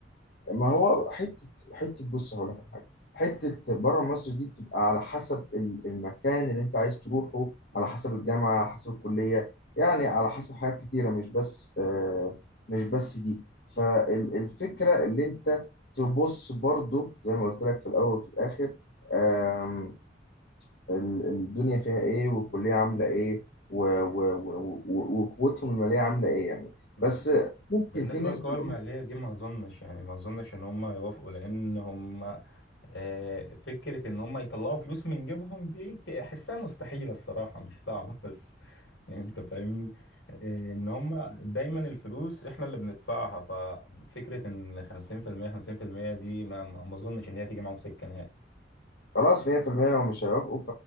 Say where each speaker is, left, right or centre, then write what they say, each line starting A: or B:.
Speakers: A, on the left; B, on the left.
A: ما هو حته حته بص هقول لك على حاجه حته بره مصر دي بتبقى على حسب ال- المكان اللي انت عايز تروحه على حسب الجامعه على حسب الكليه يعني على حسب حاجات كتيره مش بس آه مش بس دي فالفكره اللي انت تبص برضو زي ما قلت لك في الاول وفي الاخر آم، ال- الدنيا فيها ايه والكليه عامله ايه و- و- و- و- وقوتهم الماليه عامله ايه يعني
B: بس
A: بس ممكن
B: بالنسبة
A: في نسبه
B: للقوى المالية دي ما أظنش يعني ما أظنش إن هم يوافقوا لأن هم آه، فكرة إن هم يطلعوا فلوس من جيبهم دي أحسها مستحيلة الصراحة مش صعبة <laughs> بس يعني أنت فاهمني آه، إن هم دايما الفلوس إحنا اللي بندفعها ففكرة إن 50% 50% دي ما ما ما أظنش إن هي تيجي معاهم سكة نهائي
A: خلاص 100% هو مش هيوافقوا